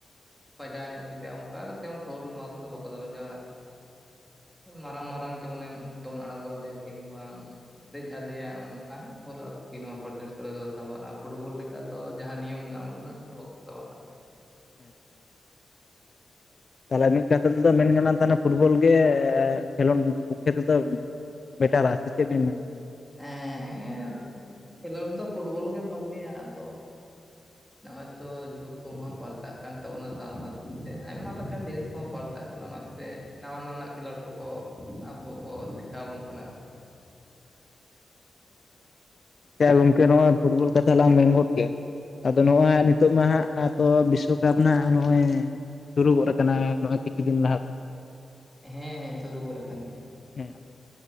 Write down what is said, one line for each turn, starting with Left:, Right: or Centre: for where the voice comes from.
Centre: ᱵᱟᱡᱟᱣ ᱧᱚᱜ ᱠᱮᱫᱮᱭᱟ ᱚᱱᱠᱟ ᱫᱚ ᱛᱮᱚᱱ ᱯᱷᱷᱟᱣᱩᱞ ᱱᱚᱣᱟ ᱠᱚᱫᱚ ᱵᱟᱠᱚᱟ <unintelligible> ᱢᱟᱨᱟᱝ ᱢᱟᱨᱟᱝ ᱡᱮᱢᱚᱱᱮᱢ ᱫᱚᱱ ᱟᱬᱜᱚᱣᱟᱫᱮᱭᱟ ᱠᱤᱢᱵᱟ। ᱫᱮᱡ ᱟᱫᱮᱭᱟ ᱚᱱᱠᱟᱱᱟᱜ ᱯᱷᱚᱞ ᱟᱨᱠᱤ ᱱᱚᱣᱟ ᱯᱷᱩᱴᱱᱮᱥ ᱠᱚᱨᱮ ᱫᱚ ᱥᱟᱵᱼᱟ ᱯᱷᱩᱴᱵᱚᱞ ᱞᱮᱠᱟ ᱫᱚ ᱡᱟᱦᱟᱸ ᱱᱤᱭᱚᱢ ᱢᱮᱱᱟᱜᱼᱟ। ᱩᱱᱟᱹᱜ ᱫᱚ ᱵᱟᱠᱚ ᱥᱟᱵᱟᱱᱫᱟ᱾
Left: <unintelligible> ᱛᱟᱦᱞᱮ ᱢᱤᱫ ᱠᱟᱛᱷᱟ ᱛᱮᱫᱚ ᱢᱮᱱ ᱜᱟᱱ ᱛᱟᱦᱮ ᱯᱷᱩᱴᱵᱚᱞ ᱜᱮ ᱠᱷᱮᱞᱳᱰ ᱯᱚᱠᱠᱷᱮ ᱛᱮᱫᱚᱼᱼ ᱵᱮᱴᱟᱨᱟᱜ ᱥᱮ ᱪᱮᱫ ᱵᱤᱱ ᱢᱮᱱᱟᱜᱼᱟ?
Centre: ᱦᱮᱸ ᱠᱷᱮᱞᱳᱰ ᱫᱚ ᱯᱷᱩᱴᱵᱚᱞ ᱜᱮ ᱵᱷᱟᱹᱜᱤᱭᱟ ᱟᱫᱚᱼᱼ ᱱᱚᱜᱚᱭ ᱛᱚ ᱡᱩᱜᱽ ᱠᱚᱦᱚᱸ ᱯᱟᱞᱴᱟᱜ ᱠᱟᱱ ᱛᱟᱵᱚᱱᱟ ᱥᱟᱶ ᱥᱟᱶᱛᱮ ᱟᱭᱢᱟ ᱞᱮᱠᱟᱱ ᱡᱤᱱᱤᱥ ᱠᱚᱦᱚᱸ ᱯᱟᱞᱴᱟᱜᱼᱼ ᱢᱮᱛᱟᱜ ᱠᱟᱱᱟ ᱚᱱᱟᱛᱮ ᱱᱟᱣᱟ ᱱᱟᱣᱟ ᱱᱟᱜ ᱠᱷᱮᱞᱳᱰ ᱠᱚᱠᱚ ᱟᱵᱚ ᱠᱚ ᱫᱮᱠᱷᱟᱣ ᱵᱚᱱ ᱠᱟᱱᱟ ᱟᱨᱠᱤᱼᱼ
Left: ᱪᱮ ᱜᱚᱝᱠᱮ ᱱᱚᱣᱟ ᱯᱷᱩᱴᱵᱚᱞ ᱠᱟᱛᱷᱟ ᱞᱟᱝ ᱢᱮᱱ ᱜᱚᱫ ᱠᱮᱜ-ᱟ᱾ ᱟᱫᱚ ᱱᱚᱜᱼᱚᱭ ᱱᱤᱛᱚᱜ ᱢᱟ ᱦᱟᱜ ᱛᱚ ᱵᱤᱥᱥᱚᱠᱟᱯ ᱱᱟᱜ ᱱᱚᱜᱚᱭᱼᱼ ᱥᱩᱨᱩᱜ ᱜᱚᱫ ᱟᱠᱟᱱᱟ ᱱᱚᱣᱟ ᱠᱤᱪᱷᱩ ᱫᱤᱱ ᱞᱟᱦᱟ ᱠᱷᱚᱱᱟᱜᱼᱼ
Centre: ᱦᱮᱸ ᱦᱮᱸ ᱥᱩᱨᱩ ᱜᱚᱫ ᱟᱠᱟᱱ ᱜᱮᱭᱟ᱾
Left: ᱦᱮᱸ ᱟᱫᱚ